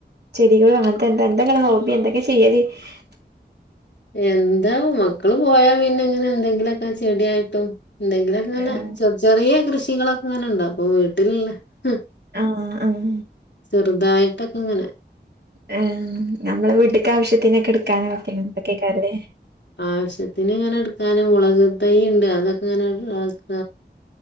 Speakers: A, on the right; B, on the left.
A: ചെടികൾ അങ്ങനത്തെ എന്താ എന്തെെ നിങ്ങളെ ഹോബി എന്തൊക്കെ ചെയ്യല് ഹ്
B: എന്താ മക്കള് പോയാ പിന്നെ ഇങ്ങനെ എന്തെങ്കിലുക്കെ ചെടിയായിട്ടും എന്തെങ്കിലും ക്കെങ്ങനെ
A: ആഹ്
B: ചെറ് ചെറിയ കൃഷികളൊക്കെ ഇങ്ങനെ ഇണ്ടക്കും വീട്ടില്ള്ള ഹ്
A: ആഹ് ആഹ്
B: ചെറുതായിട്ടൊക്കെങ്ങനെ
A: എ നമ്മളെ വീട്ടക്ക് ആവശ്യത്തിനക്കെ എടുക്കാന് ക്കെഅങ്ങതെക്കെല്ലേ
B: ആവശ്യത്തിന് ഇങ്ങനെ എടുക്കാന് മുളക് തൈ ഇണ്ട് അതൊക്കെ ഇങ്ങനെ അക്ക